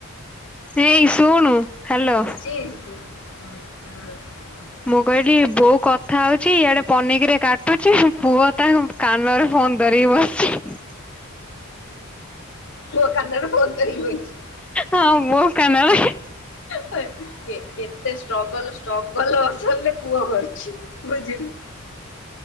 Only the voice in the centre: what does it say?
ଏଇ ଶୁଣୁ ହ୍ୟାଲୋ।
ମୁଁ କହିଲି ବୋଉ କଥା ହଉଛି ଇଆଡେ ପନିକିରେ କାଟୁଛି ପୁଅ ତା କାନରେ ଫୋନ୍ ଧରିକି ବସଛି।
ହଁ ମୋ କାନରେ ବି।